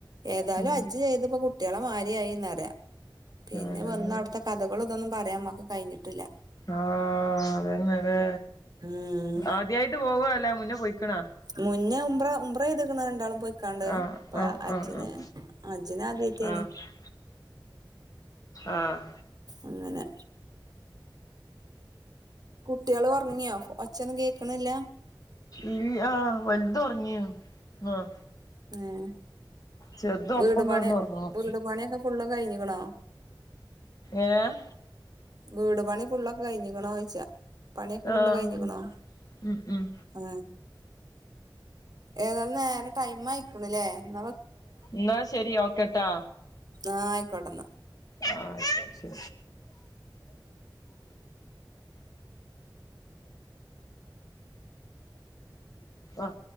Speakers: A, on the right (about 55°); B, on the left (about 45°).
A: ഏതായാലും
B: ഉം
A: ഹജ്ജ് ചെയ്തപ്പോ കുട് കുട്ടികള് മാരി ആയീന്നറിയ പിന്നെ
B: അതന്നെ
A: വന്ന് അവിടുത്തെ കഥകൾ ഇതൊന്നും പറയാ ഉമ്മാക്ക് കഴിഞ്ഞിട്ടില്ല.
B: ആഹ് അതന്നതെ
A: ഉം
B: ആദ്യായിട്ട് പോവല്ലേ മുന്നേ പൊയ്ക്കണോ?
A: മുന്നേ ഉംറ ചെയ്തേക്കണ രണ്ടാളും പൊയ്ക്കണ്ട്.
B: ആഹ്
A: അപ്പ
B: ആഹ്
A: ഹജ്ജിന്
B: ആഹ് ആഹ്
A: ആദ്യട്ടെനി
B: ആഹ് ആഹ്
A: അങ്ങനെ കുട്ടികള് ഒറങ്ങിയോ ഒച്ചയൊന്നും കേക്കണില്ല
B: ഇല്ലിയ വലുതുറങ്ങി ആഹ്
A: ഏഹ്
B: ചെറുത്
A: വീട്
B: ഒപ്പം
A: പണി
B: കിടന്ന് ഉറങ്ങണം
A: ഒക്കെ ഫുള്ളും കഴിഞ്ഞേക്കണോ?
B: ഏഹ്
A: വീട് പണി ഫുള്ളൊക്കെ കഴിഞ്ഞേക്കണോ ചോയിച്ചാ പണി ഒക്കെ
B: ആഹ്
A: ഫുള്ള് കഴിഞ്ഞേക്കണോ?
B: ഉം ഉം
A: ആ ഏതാന്നെ നേരെ ടൈം ആയേക്കണ് അല്ലേ എന്ന
B: എന്നാ ശരി ഓക്കേ ട്ടോ
A: ആഹ് ആയിക്കോട്ടെന്നാ
B: ആഹ് ശരി ആഹ്